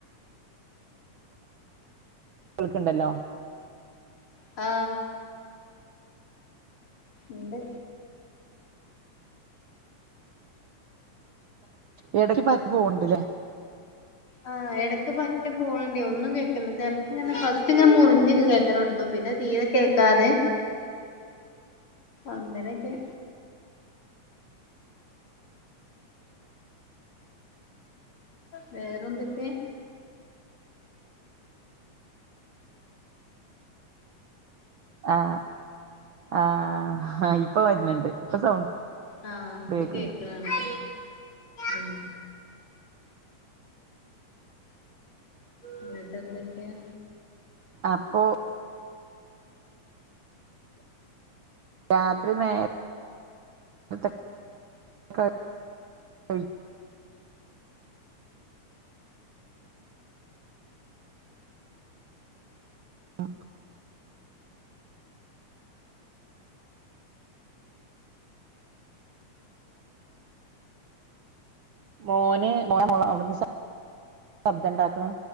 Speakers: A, on the right; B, on the left.
A: കോൾക്കണ്ടല്ലോ
B: ആ ഉണ്ട്
A: ഇടക്ക് പറ്റ് പോണ്ടല്ലേ
B: ആഹ് ഇടക്ക് പറ്റി പോണണ്ടേ ഒന്നും കേക്കല്ല ചെലപ്പോ ഇങ്ങനെ ഫസ്റ്റ് ഇങ്ങൻ മുറിഞ്ഞ് കേക്കാന കൊടുത്തു പിന്നെ തീരെ കേക്കാതെ അങ്ങനെയൊക്കെ വേറെന്തൊക്കെയ
A: ആ ആ ആ ഇപ്പൊ വരുന്നുണ്ട് ഇപ്പൊ സൗണ്ട്
B: ആ ഇപ്പൊ
A: കേൾക്കണ്ട്
B: കേക്കണണ്ട് ഉം ഇന്നട്ട് എന്തൊക്കെയാ
A: അപ്പൊ രാത്രി നേരെത്തെ <unintelligible> ഉം മോന് മോൻ മോളെ അവിടുന്ന് ശബ്ദം ഇണ്ടാക്കണേ